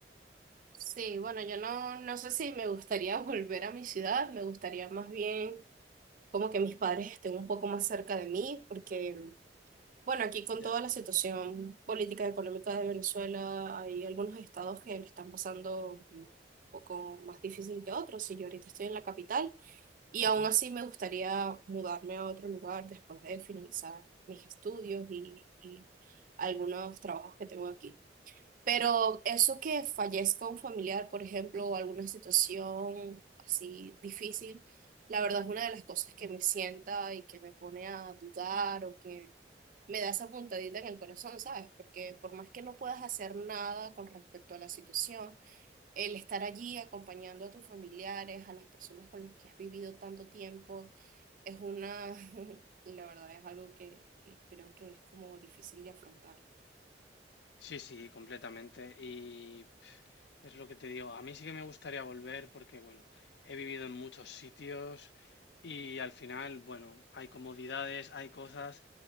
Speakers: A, on the right (about 45°); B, on the left (about 65°).
A: Sí, bueno, yo no, no sé si me gustaría <laughs> volver a mi ciudad, me gustaría más bien como que mis padres estén un poco más cerca de mí, porque, bueno, aquí con
B: Ya.
A: toda la situación política y económica de Venezuela, hay algunos estados que lo están pasando un poco más difícil que otros, y yo ahorita estoy en la capital. Y
B: Ujú.
A: aún así me gustaría mudarme a otro lugar después de finalizar mis estudios y, y algunos trabajos que tengo aquí. Pero eso que fallezca un familiar, por ejemplo, o alguna situación así difícil, la verdad es una de las cosas que me sienta y que me pone a dudar o que me da esa puntadita en el corazón, ¿sabes? Porque por más que no puedas hacer nada con respecto a la situación, el estar allí acompañando a tus familiares, a las personas con las que has vivido tanto tiempo, es una, <laughs> la verdad es algo que, que creo que es como difícil de afrontar.
B: Sí, sí, completamente. y Es lo que te digo, a mí sí que me gustaría volver porque, bueno, he vivido en muchos sitios y al final, bueno, hay comodidades, hay cosas,